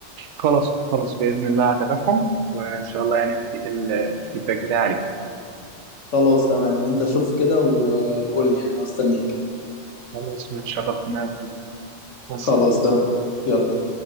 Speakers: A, on the right; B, on the left.
A: خلاص خلاص باذن الله هتابعهم وان شاء الله يعني هديك ال- الفيدباك بتاعي عليك
B: خلاص تمام انت شوف كده و- وقول لي يعني أنا مستنيك
A: خلاص متشرفت إن أنا قابلتك. مع السلامة.
B: خلاص تمام يلا